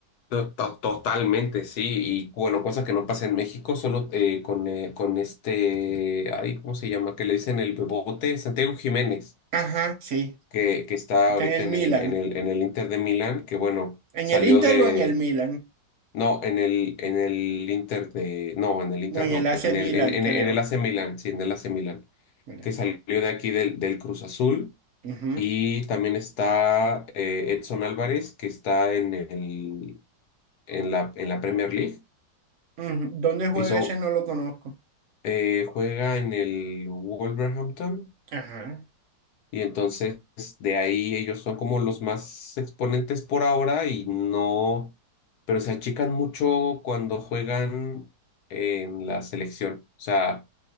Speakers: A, on the left (about 70°); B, on the right (about 60°).
A: To- to- Totalmente, sí. Y bueno, cosa que no pasa en México, solo eh, con, eh, con este, ay, ¿cómo se llama? Que le dicen el bebote, Santiago Jiménez,
B: Ajá, sí.
A: que, que está
B: Está
A: ahorita
B: en el
A: en
B: Milan.
A: el, en el, en el Inter de Milán, que bueno,
B: ¿En
A: salió
B: el Inter
A: de
B: o en el Milan?
A: No, en el, en el Inter de. No, en el Inter
B: No, en
A: no.
B: el AC
A: En
B: Milan,
A: el, en, en,
B: creo.
A: en el AC Milan, sí, en el AC Milan.
B: Milan.
A: Que salió de aquí del, del Cruz Azul.
B: Ujú,
A: Y también está eh, Edson Álvarez, que está en el, en la, en la Premier League.
B: ujú. ¿Dónde juega
A: Hizo,
B: ese? No lo conozco.
A: eh, juega en el Wolverhampton.
B: Ajá.
A: Y entonces de ahí ellos son como los más exponentes por ahora y no, pero se achican mucho cuando juegan en la selección. O sea,